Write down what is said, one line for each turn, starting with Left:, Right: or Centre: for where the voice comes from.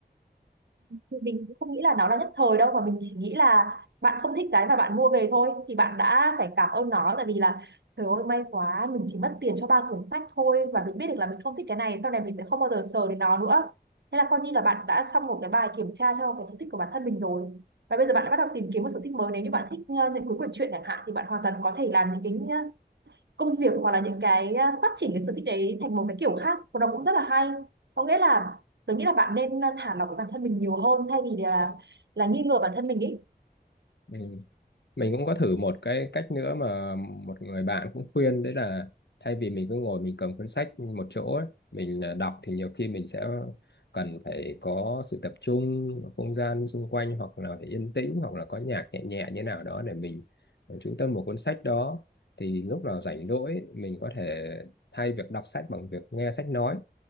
Right: thì mình cũng không nghĩ là nó là nhất thời đâu mà mình chỉ nghĩ là bạn không thích cái mà bạn mua về thôi thì bạn đã phải cảm ơn nó tại vì là trời ơi may quá mình chỉ mất tiền cho ba cuốn sách thôi và mình biết được là mình không thích cái này sau này mình sẽ không bao giờ sờ đến nó nữa thế là coi như là bạn đã xong một cái bài kiểm tra cho cái sở thích của bản thân mình rồi và bây giờ bạn đã bắt đầu tìm kiếm một sở thích mới nếu như bạn thích uh, những cuốn quyển truyện chẳng hạn thì bạn hoàn toàn có thể làm những cái ờ, công việc hoặc là những cái à, phát triển cái sở thích đấy thành một cái kiểu khác và nó cũng rất là hay có nghĩa là tôi nghĩ là bạn nên à, thả lỏng bản thân mình nhiều hơn thay vì là là nghi ngờ bản thân mình ý
Left: ừ. mình cũng có thử một cái cách nữa mà một người bạn cũng khuyên đấy là thay vì mình cứ ngồi mình cầm cuốn sách một chỗ ấy, mình à, đọc thì nhiều khi mình sẽ cần phải có sự tập trung ở không gian xung quanh hoặc là phải yên tĩnh hoặc là có nhạc nhẹ nhẹ như nào đó để mình à, chú tâm vào cuốn sách đó thì lúc nào rảnh rỗi ấy, mình có thể thay việc đọc sách bằng việc nghe sách nói